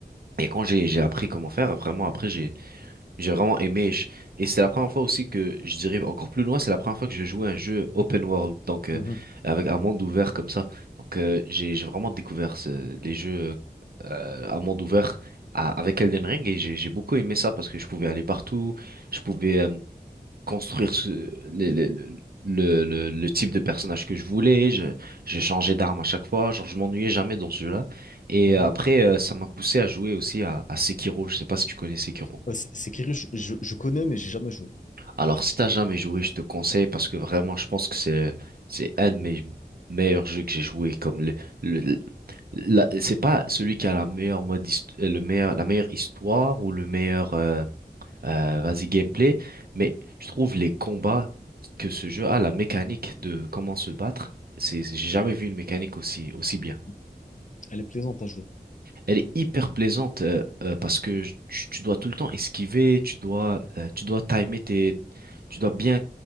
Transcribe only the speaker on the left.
mhm,
mhm.
Ouais, c'est c'est curieux, je, je- je connais, mais j'ai jamais joué.
Mhm,
mhm. Elle est plaisante à jouer.